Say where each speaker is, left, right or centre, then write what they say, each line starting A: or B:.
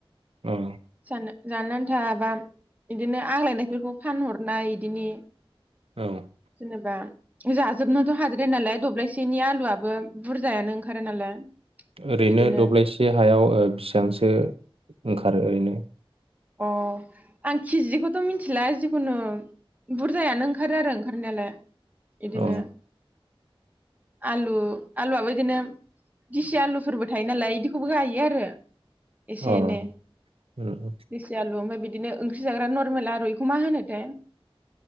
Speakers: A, on the right (about 75°); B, on the right (about 15°).
A: औ
B: जानो जानो आन्थाबा इदिनो आग्लायनायफोरखौ फानहरनाय इदिनि
A: औ
B: जेनेबा <unintelligible> जोबनोथ हाद्राया नालाय दब्लाय बिसोरनि आलुआबो बुरजायानो ओंखारो नालाय।
A: ओरैनो
B: इदिनो
A: दब्लायसे हायाव बेसेबांसो ओंखारो ओरैनो।
B: अ आं किजिखौथ' मिथिला जिखुनु बुरजायानो ओंखारो आरो ओंखारनायालाय। इदिनो।
A: अ
B: आलु आलुआबो इदिनो गिसि आलुफोरबो थायो नालाय इदिखौबो गायो आरो।
A: अ।
B: एसे एनै देसि आलु ओमफ्राय बिदिनो ओंख्रि जाग्रा नरमेल आरोलु बेखौ मा होनो थाय ।